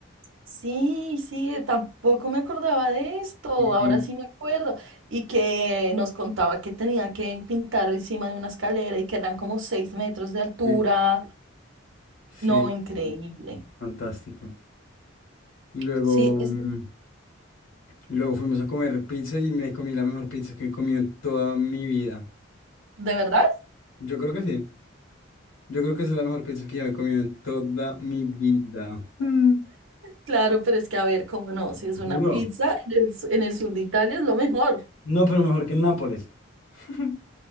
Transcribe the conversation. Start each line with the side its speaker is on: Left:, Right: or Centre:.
Right: Sí, sí, tampoco me acordaba de esto,
Left: Ujú.
Right: ahora sí me acuerdo. Y que nos contaba que tenía que pintar encima de una escalera y que eran como seis metros de altura.
Left: Sí, sí,
Right: No, increíble.
Left: sí, fantástico. Y luego,
Right: Sí,
Left: mm,
Right: es
Left: y luego fuimos a comer pizza y me comí la mejor pizza que he comido en toda mi vida.
Right: de verdad,
Left: Yo creo que sí. Yo creo que esa es la mejor pizza que yo me he comido en toda mi vida. Mm.
Right: claro, pero es que a ver, cómo no, si es una
Left: Juro.
Right: pizza en el, su- en el sur de Italia es lo mejor.
Left: No, pero mejor que en Nápoles. <laughs>